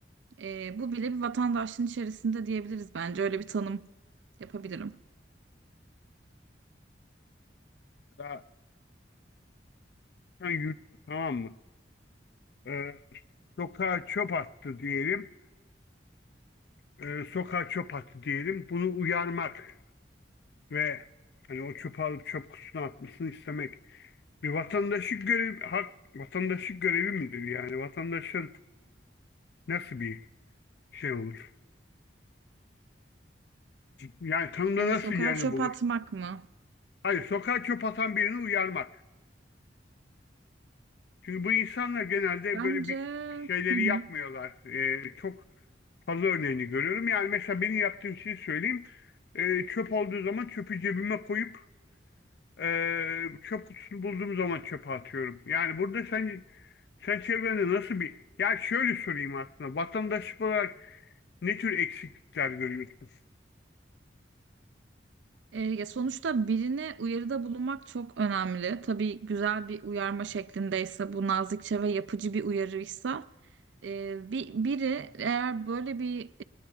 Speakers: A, on the right; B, on the left.
A: E, bu bile bir vatandaşlığın içerisinde diyebiliriz bence. Öyle bir tanım yapabilirim.
B: Daha sen yürü tamam mı? E, sokağa çöp attı diyelim. E, sokağa çöp attı diyelim. Bunu uyarmak ve hani o çöpü alıp çöp kutusuna atmasını istemek bir vatandaşlık görev hak vatandaşlık görevi midir? Yani vatandaşın Nasıl bir şey olur? Yani tanımda
A: E,
B: nasıl
A: sokağa
B: yerini
A: çöp
B: bulur?
A: atmak mı?
B: Hayır, sokağa çöp atan birini uyarmak. Çünkü bu insanlar genelde
A: Bence
B: böyle bir şeyleri
A: hı hı.
B: yapmıyorlar. Ee, çok fazla örneğini görüyorum. Yani mesela benim yaptığım şeyi söyleyeyim. Ee, çöp olduğu zaman çöpü cebime koyup ee, çöp kutusunu bulduğum zaman çöpe atıyorum. Yani burada sen sen çevrende nasıl bir... Ya şöyle sorayım aslında. Vatandaşlık olarak ne tür eksiklikler görüyorsunuz?
A: E, ya sonuçta birine uyarıda bulunmak çok önemli. Tabii güzel bir uyarma şeklindeyse, bu nazikçe ve yapıcı bir uyarıysa Ee, bir, biri eğer böyle bir